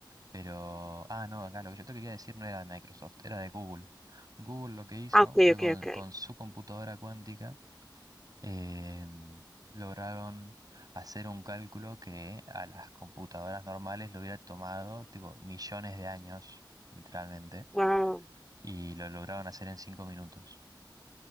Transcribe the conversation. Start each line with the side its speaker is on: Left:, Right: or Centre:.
Right: Pero, ah, no, acá lo que yo te quería decir no era de Microsoft, era de Google. Google lo que hizo
Centre: Ah, ok,
Right: fue
Centre: ok,
Right: con,
Centre: ok.
Right: con su computadora cuántica, em, lograron hacer un cálculo que a las computadoras normales le hubiera tomado, tipo, millones de años, literalmente
Centre: Wow.
Right: y lo lograron hacer en cinco minutos.